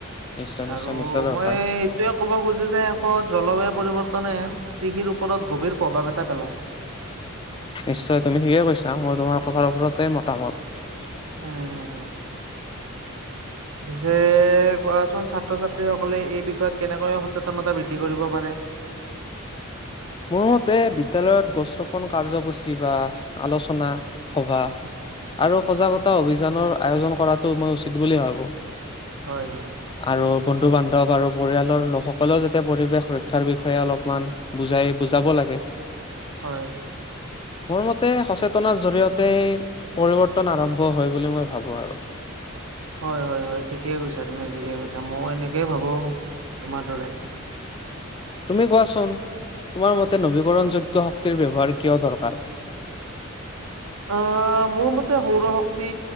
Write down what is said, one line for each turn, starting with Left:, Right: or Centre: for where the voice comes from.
Left: নিশ্চয়, নিশ্চয়,
Right: আৰু
Left: নিশ্চয় দৰকাৰ।
Right: মই এইটোয়ে ক'ব খুজো যে এষত জলবায়ু পৰিৱৰ্তনে কৃষিৰ ওপৰত গভীৰ প্ৰভাৱ এটা পেলায়।
Left: নিশ্চয় তুমি ঠিকেই কৈছা মই তোমাৰ কথাৰ ওপৰতেই মতামত। <inaudible>
Right: উম হম হম পিছে কোৱাচোন ছাত্ৰ ছাত্ৰীসকলে এই বিষয়ত কেনেকৈ সচেতনতা বৃদ্ধি কৰিব পাৰে?
Left: মোৰ মতে বিদ্যালয়ত গছ ৰোপণ কাৰ্যসূচী বা আলোচনা সভা
Right: <inaudible>
Left: আৰু সজাগতা অভিযানৰ আয়োজন কৰাটো মই উচিত বুলি ভাবোঁ।
Right: হয় হয়।
Left: আৰু বন্ধু বান্ধৱ আৰু পৰিয়ালৰ লোকসকলেও যাতে পৰিৱেশ ৰক্ষাৰ বিষয়ে অলপমান বুজাই। বুজাব লাগে।
Right: হয়।
Left: মোৰ মতে সচেতনাৰ জৰিয়তে পৰিৱৰ্তন আৰম্ভ হয় বুলি মই ভাবোঁ আৰু।
Right: হয় হয় হয় ঠিকেই কৈছা তুমি ঠিকেই কৈছা মই এনেকেই ভাবো তোমাৰ দৰে।
Left: তুমি কোৱাচোন তোমাৰ মতে নবীকৰণ যোগ্য শক্তিৰ ব্যৱহাৰ কিয় দৰকাৰ?
Right: আহ মোৰ মতে সৌৰ শক্তি